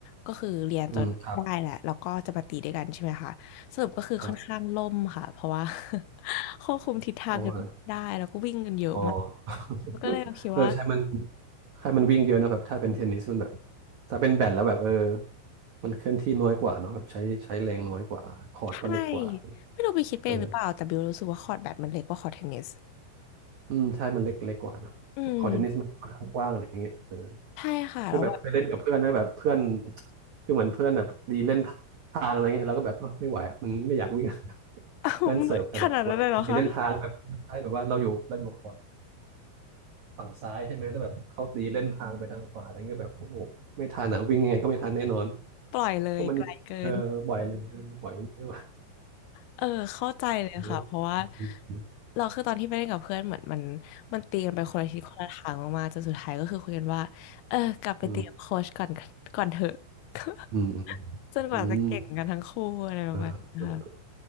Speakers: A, on the left; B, on the right.
A: ก็คือเรียนจนได้แหละแล้วก็จะมาตีด้วยกันใช่ไหมคะสรุปก็คือค่อนข้างล่มค่ะเพราะว่า
B: อืมครับครับ
A: <laughs> ควบคุมทิศทางกันไม่ได้แล้วก็วิ่งกันเยอะมาก
B: เพราะว่า อ๋อ <laughs>
A: ก็เลยคิดว่า
B: เออใช่มันใช่มันวิ่งเยอะนะแบบถ้าเป็นเทนนิสมันแบบถ้าเป็นแบดแล้วแบบเออมันเคลื่อนที่น้อยกว่าเนาะแบบใช้ใช้แรงน้อยกว่าคอร์ตก็เล็กกว่า
A: ใช่ไม่รู้ไปคิดเองหรือเปล่าแต่บิวรู้สึกว่าคอร์ตแบดมันเล็กกว่าคอร์ตเทนนิส
B: เอออืมใช่มันเล็กเล็กกว่าเนอะคอร์ตเทนนิสมันค่อนข้างกว้างอะไรอย่างเงี้ยเออ
A: อืมใช่ค่ะแล้วแบบ
B: คือแบบไปเล่นกับเพื่อนแล้วแบบเพื่อนคือเหมือนเพื่อนแบบดีเล่นทางอะไรเงี้ยแราก็แบบเออไม่ไหวอะมันไม่อยากวิ่ง <laughs>
A: <laughs>
B: เพื่อนเสิร์ฟแบบว่าดีเล่นทางแบบใช่แบบว่าเราอยู่เราอยู่คอร์ต
A: ขนาดนั้นเลยเหรอคะ
B: ฝั่งซ้ายใช่ไหมแล้วแบบเขาตีเล่นทางไปทางขวาอะไรเงี้ยแบบโอ้โหไม่ทันอ่ะวิ่งยังไงก็ไม่ทันแน่นอน
A: ปล่อยเลยไกลเกิน
B: เพราะมันเออบ่อยเลยปล่อยไม่ไหว
A: เออเข้าใจเลยค่ะเพราะว่า
B: เนอะอืม
A: เราคือตอนที่ไปเล่นกับเพื่อนเหมือนมันมันตีกันไปคนละทิศคนละทางมากๆจนสุดท้ายก็คือคุยกันว่าเออกลับไปตีกับโค้ชก่อนก่อนเถอะ
B: อืม
A: <laughs>
B: อืมอืม
A: จนกว่าจะเก่งกันทั้งคู่อะไรประมาณนี้ค่ะ
B: อืมอืมเออเออ